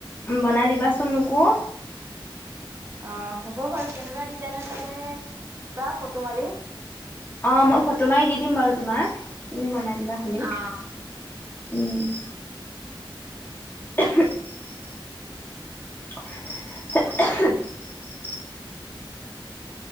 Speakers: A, on the left (about 25°); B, on the right (about 30°).
A: বনাই দিবাচোন মোকো।
B: অ' হ'ব বাৰু, কেনেকুৱা ডিজাইনত লাগে দিবা ফটো মাৰি।
A: অ' মই ফটো মাৰি দি দিম বাৰু তোমাক, তুমি বনাই দিবা খালি,
B: অ',
A: উম্। <inaudible> <unintelligible>